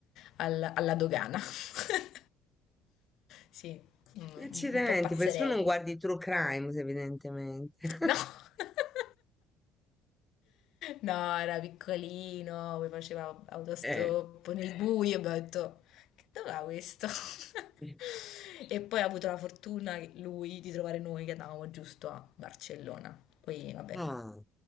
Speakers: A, on the left; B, in the centre.
A: al- alla dogana. <laughs> Sì, un
B: Accidenti,
A: un po' pazzerello.
B: perché tu non guardi True Crime, evidentemente. <laughs>
A: No. <laughs> No, era piccolino, poi faceva autostop
B: Eh.
A: nel buio, abbiamo detto, che dov'è questo? <laughs>
B: sì.
A: E poi ha avuto la fortuna, lui, di trovare noi che andavamo giusto a Barcellona. Poi, vabbè,
B: Ah,